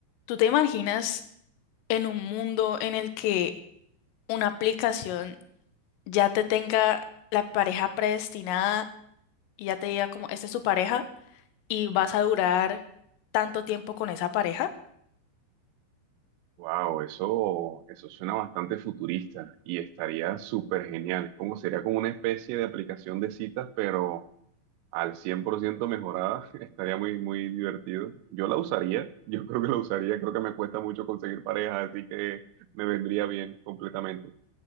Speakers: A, on the left (about 80°); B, on the right (about 85°).
A: ¿Tú te imaginas en un mundo en el que una aplicación ya te tenga la pareja predestinada y ya te diga como, esta es tu pareja y vas a durar tanto tiempo con esa pareja?
B: Wow, eso, eso suena bastante futurista y estaría súper genial. Es como sería como una especie de aplicación de citas, pero al 100% mejorada. <laughs> Estaría muy, muy divertido. Yo la usaría, yo creo que la usaría. Creo que me cuesta mucho conseguir pareja, así que me vendría bien completamente.